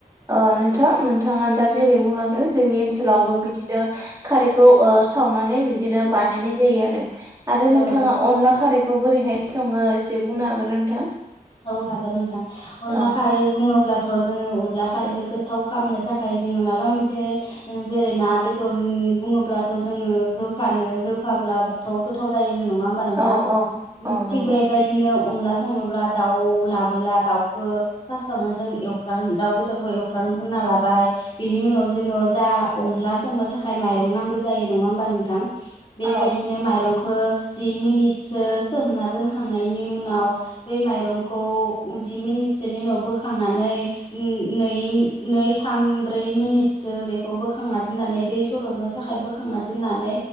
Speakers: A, on the right; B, on the left.
A: अ' नोंथां नोंथाङा दा जेरै बुंलांदों जोंनि ओनसोलावबो
B: औ
A: बिदिनो खारैखौ ओ सावनानै बिदिनो बानायनाय जायो आरो। आरो
B: औ
A: नोंथाङा
B: औ
A: अनला खारैख खौ बोरैहाय सङो एसे बुंनो हागोना नोंथां?
B: औ हागोन नोंथां। अनला
A: औ
B: खारै बुङोब्ला थ' जोङो अनला खारैखौ गोथाव खामनो थाखाय जोङो माबा मोनसे जेरै ओ ना, बेदर बुङोब्लाथ' जोङो होफानो होफाब्लाथ' गोथाव जायो। ओ नङा होमबा नोंथां?
A: औ औ
B: उम
A: औ
B: थिग
A: नंगौ।
B: बेबायदिनो अनला संनोब्ला दाउ लाबोला दाउखो फासथावनो जों एवफ्राम दाउ बेदरखौ एवफ्राम ग्रोनना लाबाय। बेनि उनाव जोङो जा अनला संनो थाखाय माइरं नांगौ जायो नङा होमबा नोंथां? बेबायदिनो
A: औ
B: माइरंख खो जि मिनिट सो सोमना दोनखांनायनि उनाव बै‌ माइ रंखौ जि मिनिटसोनि उनाव बोखांनानै नो नै नै थाम ब्रै मिनिटसो बेखौ बोखांना दोननानै दै सरननो थाखाय बोखांना दोननानै